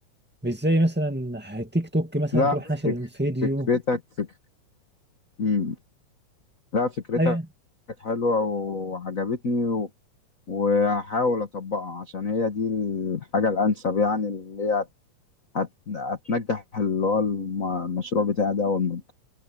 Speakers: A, in the centre; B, on the left.
A: مش زي مثلا تيك توك مثلا
B: لأ
A: تروح ناشر
B: فك
A: الفيديو
B: فكرتك فك إمم، لأ فكرتك
A: مم.
B: حلوة وعجبتني و وهاحاول أطبّقها عشان هي دي الحاجة الأنسب يعني اللي هي هت هتنجّح اللي هو الم المشروع بتاعي ده أول ما يبدأ.